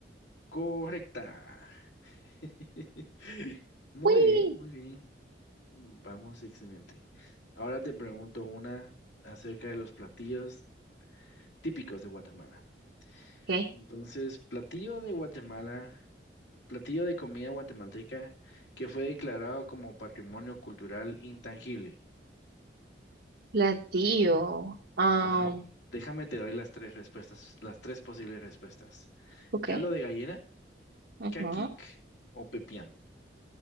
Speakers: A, on the left; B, on the right.
A: correcta. <laughs> Muy
B: Uy.
A: bien, muy bien. Mm, Vamos, excelente. Ahora te pregunto una acerca de los platillos típicos de Guatemala.
B: ¿Qué?
A: Entonces, platillo de Guatemala, platillo de comida guatemalteca que fue declarado como patrimonio cultural intangible.
B: Platillo. Um,
A: Ajá. Déjame te doy las tres respuestas, las tres posibles respuestas.
B: ok.
A: Caldo de gallina,
B: Ujú.
A: caquic o pepián.